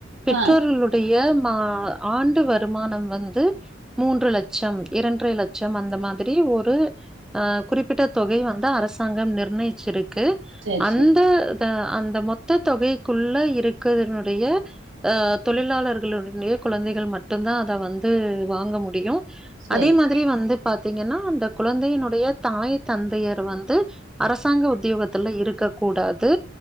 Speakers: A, in the centre; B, on the right.
A: பெற்றோர்களுடை
B: ஆ
A: ய ஆண்டு வருமானம் வந்து மூன்று லட்சம் இரண்டரை லட்சம் அந்த மாதிரி ஒரு அ குறிப்பிட்ட தொகை வந்து அரசாங்கம் நிர்ணயிச்சிருக்கு
B: சரி
A: அன்று
B: சரி
A: அந்த மொத்த தொகைக்குள்ள இருக்கறதனுடைய அ தொழிலாளர்களுடைய கொழந்தைகள் மட்டு தா அத வந்து வாங்க முடியு
B: சரி
A: அதே மாதிரி வந்து பாத்தீங்கன்னா அந்த கொழந்தையினுடைய தாய் தந்தையர் வந்து அரசாங்க உத்தியோகத்துல இருக்க கூடாது